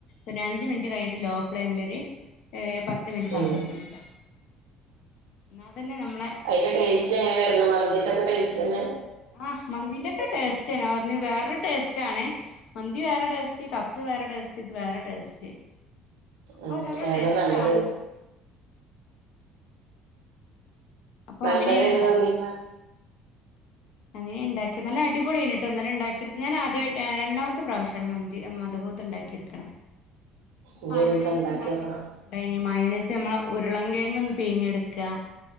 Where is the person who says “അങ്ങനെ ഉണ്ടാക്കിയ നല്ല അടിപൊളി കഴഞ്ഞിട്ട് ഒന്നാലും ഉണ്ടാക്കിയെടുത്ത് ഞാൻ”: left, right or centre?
Left